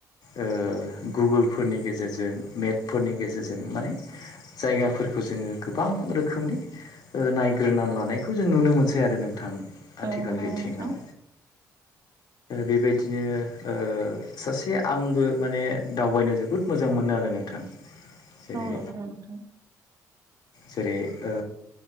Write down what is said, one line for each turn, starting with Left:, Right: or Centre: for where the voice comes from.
Left: ओ गुगोल फोरनि गेजेरजों मेपफोरनि गेजेरजों माने जायगाफोरखौ जोङो गोबां रोखोमनि ओ नायग्रोनानै लानायखौ जों नुनो मोनसै आरो नोंथां। आथिखाल
Right: औ नंगौ
Left: बिथिङाव
Right: नोंथां
Left: बेबायदिनो ओ सासे आंबो माने दावबायनो जोब जोबोद मोजां मोनो आरो नोंथां जेरै
Right: औ नंगौ नोंथां
Left: जेरै ओ